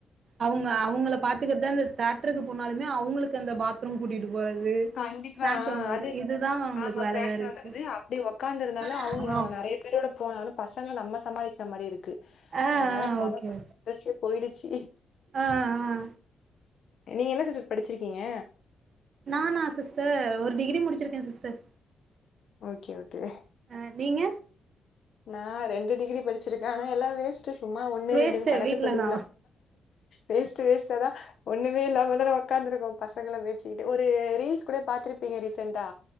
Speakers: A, on the right (about 55°); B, on the left (about 65°).
A: அவுங்க அவுங்கள பாத்துக்குறது அந்த தேட்ருக்கு போனாலுமே அவுங்களுக்கு அந்த பாத் த்ரூம் கூட்டிட்டு போறது
B: கண்டிப்பா
A: ஸ்நாக்ஸ் வாங்குறது
B: அது
A: இதுதா நம்ளுக்கு
B: ஆமா
A: வேலையா
B: ஸ்நாக்ஸ்
A: இருக்கு
B: வாங்குறது அப்டி ஒக்காந்துருந்தாலு
A: ஆ
B: அவங்க நெறைய பீரோட போனாலு பசங்ள நம்ம சமாளிக்கிற மாரி இருக்கு
A: ஆ
B: அதனாலதா
A: ஆ
B: போலப்பா
A: ஓகே
B: இன்ட்ரெஸ்ட்டே போயிடுச்சி
A: ஆ ஆ
B: நீங்க என்ன சிஸ்டர் படிச்சிருக்கீங்க
A: நானா சிஸ்டர் ஒரு டிகிரி முடிச்சிருக்கே சிஸ்டர்
B: ஓகே ஓகே
A: ஆ நீங்க
B: நான் ரெண்டு டிகிரி படிச்சிருக்கே ஆனா எல்லா வேஸ்ட்டு சும்மா ஒண்ணு
A: வேஸ்ட்டு
B: ரெண்டுன் கணக்கு
A: வீட்லதா
B: சொல்லிக்கலா வேஸ்ட்டு வேஸ்ட்டு அதா ஒண்ணுமே இல்லாம தான ஒக்காந்துருக்கோ பசங்கள மேச்சிகிட்டு ஒரு ரீல்ஸ் கூடை பாத்துருப்பீங்க ரீசன்டா